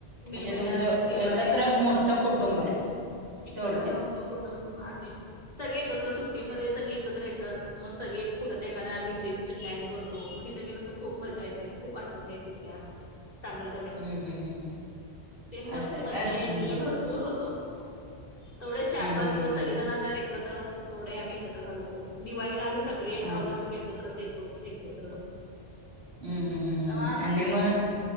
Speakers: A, on the left (about 35°); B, on the right (about 60°).
A: मे
B: म्हणजे
A: महिन्यात
B: तुमचं
A: दिवाळीत
B: एकत्र
A: अस
B: मोठं कुटुंब आहे
A: एकत्र
B: थोडक्यात
A: मोठ कुठ आधी सगळे एकत्र सुट्टीमध्ये सगळे एकत्र येतात मगळे कुठं ते एखा्या आम्ही ट्रपचे प्लॅन करतो मग तथं गेलं तर खूप मजा येते खूप आठव तिथग तेवढ्या
B: हम्म
A: कमी
B: हम्म हम्म हम्म
A: ते मस्त
B: असं
A: मजा
B: का हम्म
A: आहे एन्जॉय
B: हम्म
A: बघ पूर होतो थोडे चार पाच
B: हम्म
A: दिवस
B: हम्म हम्म
A: सगळेजण
B: हम्म
A: असाात एकत्र थोडे आम्ही घालवतो दिवाळीला आम्ही सगळे
B: अ
A: आवर्जून एकत्रच येतोच एकत्र
B: हम्म हम् हम्म हम्
A: तेव्हा असते
B: आणि मग